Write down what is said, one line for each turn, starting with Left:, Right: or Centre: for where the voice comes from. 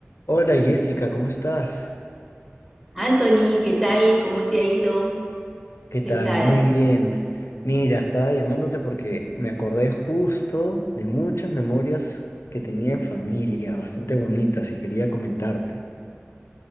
Left: Hola Jessica, ¿cómo estás?
Centre: Anthony, ¿qué tal? ¿Cómo te ha ido?
Left: ¿Qué tal?
Centre: ¿Qué tal?
Left: Muy bien. Mira, estaba llamándote porque me acordé justo de muchas memorias que tenía en familia, bastante bonitas, y quería comentarte.